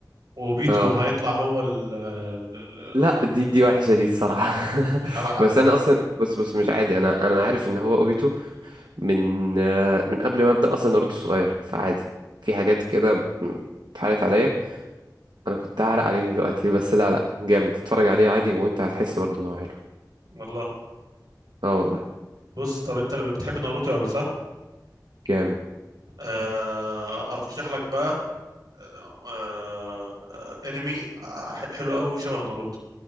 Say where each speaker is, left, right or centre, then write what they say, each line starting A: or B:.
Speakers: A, on the right; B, on the right.
A: وبيتو
B: اه
A: هيطلع هو ال ال- ال-
B: لا دي دي وحشة دي الصراحة <laughs>
A: اتحرق عليا
B: بس انا اصلا بس بس مش عادي انا انا عارف ان هو اوبيتو من آه، من قبل ما ابدا اصلا ناروتو صغير فعادي في حاجات كده اتحرقت عليا انا كنت هعرق عليك دلوقتي <laughs> بس لا لا جامد اتفرج عليه عادي وانت هتحس برضه ان هو حلو
A: والله
B: اه والله
A: بص طب انت بتحب ناروتو قوي صح؟
B: جامد
A: آه، ارشح لك بقى آه، آه، انمي آه، حلو قوي وشبه ناروتو